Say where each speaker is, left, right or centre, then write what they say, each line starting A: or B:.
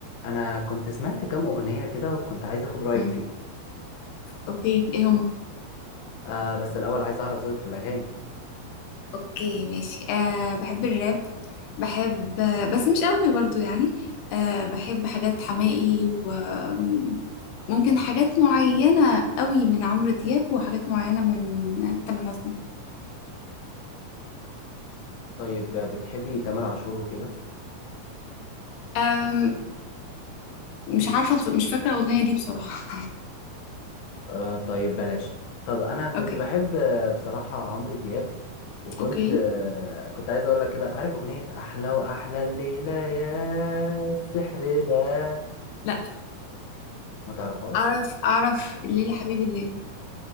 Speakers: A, on the left; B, on the left.
A: انا كنت سمعت كام اغنيه كده وكنت عايز اخد رايك
B: امم
A: فيهم
B: اوكي ايه هما
A: آه بس الاول عايز اعرف ذوقك في الاغاني
B: اوكي ماشي أه بحب الراب بحب آه، بس مش قوي برضو يعني أه بحب حاجات حماقي وممكن حاجات معينة قوي من عمرو دياب وحاجات معينة من تامر حسني
A: طيب آه، بتحبي تامر عاشور وكده
B: أم مش عارفة بص- مش فاكرة الأغنية دي بصراحة
A: آه طيب بلاش طب انا كنت
B: <laughs> اوكي
A: بحب آه، بصراحه عمرو دياب وكنت
B: اوكي
A: آه كنت عايز اقول لك كده عارف اغنيه احلى واحلى الليله يا السحر ده
B: لا
A: ما تعرفهاش
B: أعرف أعرف الليلة حبيبي الليلة